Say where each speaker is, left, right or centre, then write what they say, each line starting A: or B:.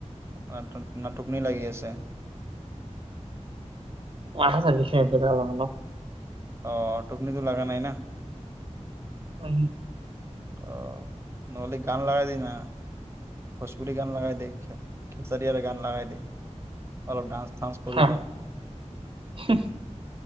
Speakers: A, on the right; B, on the right.
A: নাট নাটকনি লাগি আছে।
B: মাথা চা বিষাই আছে অলপ অলপ।
A: অ টোপনি লগা নাই না?
B: উম।
A: অ নহ'লে গান লগাই দে না। ভোজপুৰী গান লগাই দে, খে খেচৰীয়া গান লগাই দে, অলপ ডান্স চান্স কৰি
B: হা,
A: ল
B: উহ,